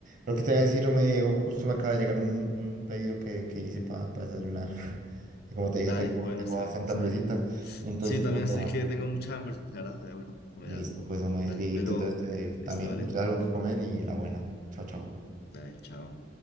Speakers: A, on the right; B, on the left.
A: Lo que te voy a decir, me Diego, justo me acaba de llegar un, un pedido que, que hice para desayunar. <laughs> Y como te dije,
B: Dale,
A: tengo,
B: bueno,
A: tengo
B: está
A: bastante
B: bien, está
A: hambrecita,
B: bien.
A: entonces
B: Sí,
A: te
B: también
A: tengo
B: estoy
A: que dejar.
B: que tengo mucha hambre, la verdad, sería bueno, comer
A: Listo,
B: algo.
A: pues, hombre,
B: Dale,
A: Dieguito,
B: pero,
A: entonces que
B: listo,
A: también
B: dale,
A: encontré algo que comer y la buena. Chao, chao.
B: dale, chao.